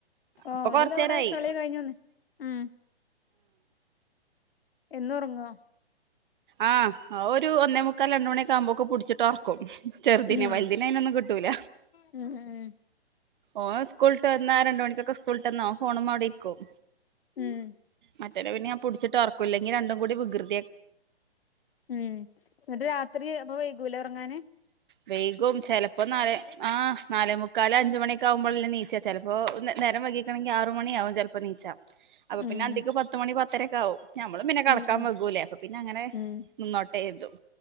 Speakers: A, on the left; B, on the right.
A: ആഹ്
B: ഇപ്പൊ
A: ഓലുതാവിടെ
B: കൊറച്ചേരായി
A: കളി കയിഞ്ഞ് വന്നയാ ഉം എന്നും ഒറങ്ങുവോ?
B: ആഹ് ആ ഒരു ഒന്നേ മുക്കാൽ രണ്ടുമണിയക്കെ ആവുമ്പോക്ക് പുടിച്ചിട്ട് ഒറക്കും. ചെറുതിനേ
A: ഉം
B: വലുതിനെ അയിനൊന്നും കിട്ടൂല
A: ഉം ഉം
B: ഓൻ സ്കൂളിട്ട് വന്നാ രണ്ട് മണിക്കൊക്കെ സ്കൂളിട്ട് വന്നാ ഓൻ ഫോണ് മ്മേ അവിടിരിക്കും
A: ഉം
B: മറ്റോനെ പിന്നെ ഞാൻ പുടിച്ചിട്ട് ഒറക്കും, ഇല്ലങ്കി രണ്ടും കൂടി വികൃത്
A: ഉം ഇന്നിട്ട് രാത്രി അപ്പൊ വൈകൂലെ ഒറങ്ങാന്
B: വെയ്കും ചെലപ്പോ നാലേ ആഹ് നാലേമുക്കാല് അഞ്ചുമണി ക്കാവുമ്പോൾ അല്ലെ എണീച്ച ചെലപ്പോ നേരം വൈകീക്കാണെങ്കിൽ ആറ് മണിയാകും ചെലപ്പോ അപ്പൊണീച്ച അപ്പൊ
A: ഉം
B: പിന്നെ അന്തിക്ക് പത്തുമണി പത്തരെക്കെയാവും. ഞമ്മളും പിന്നെ കെടക്കാൻ
A: ഉം ഉം
B: വകൂലേ, അപ്പൊ പിന്നെ അങ്ങനെ
A: ഉം
B: നിന്നോട്ടോ കരുതും.